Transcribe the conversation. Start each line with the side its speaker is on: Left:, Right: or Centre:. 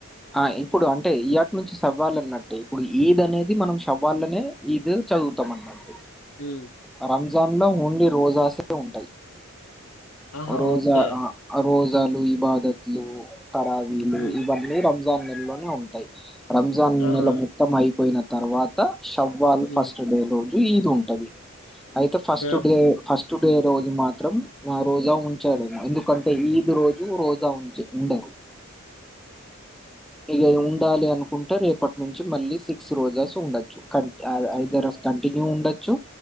Centre: ఆ ఇప్పుడు అంటే ఈయాటి నుంచి సవాలన్నట్ట ఇప్పుడు ఈద్ అనేది ఇది మనం సవ్వాలనే ఇద్ చదువుతాం అన్నట్
Left: ఉమ్
Centre: రంజాన్ లో ఓన్లీ రోజస్ ఉంటాయి
Left: ఆహా
Centre: రోజా
Left: ఓకే
Centre: ఆ రోజు చాలు ఈ బాధ లు తరావీలు
Left: ఉమ్
Centre: ఇవన్నీ రం రాం నెల్ లోనే ఉంటాయి రంజాన్
Left: ఆహా
Centre: నెల మొత్తం అయిపోయిన తర్వాత షవ్వాల్ ఫస్ట్
Left: ఉమ్
Centre: డే రోజు ఈద్ న్ టది అయితే ఫస్ట్
Left: ఆ
Centre: డే ఫస్ట్ డే రోజు మాత్రం ఆహ్, రోజా ఉంచాడు
Left: ఉమ్
Centre: ఎందుకన్ తే ఈదు రోజు రోజా ఉంచె ఉండరు ఇగ ఉండాలి అనుకుంటే, రేపటి నుంచి మళ్ళీ సిక్స్ రోజాస్ ఉండొచ్చు క ఐదర్ కంటిన్యూ ఉండొచ్చు.